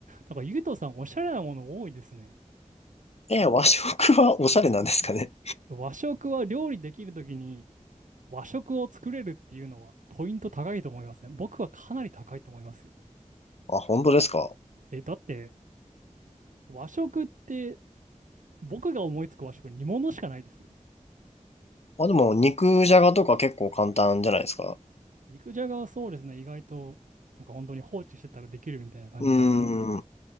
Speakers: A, on the right; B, on the left.
A: なんかゆうとさんおしゃれなもの多いですね。
B: え、和食はおしゃれなんですかね。
A: 和食は料理できるときに和食を作れるっていうのはポイント高いと思いません。僕はかなり高いと思いますよ。
B: あ、本当ですか。
A: え、だって和食って僕が思いつく和食煮物しかないですよ。
B: まあでも、肉じゃがとか結構簡単じゃないですか。
A: 肉じゃがはそうですね、意外となんか本当に放置してたらできるみたいな感じだから。
B: うーん。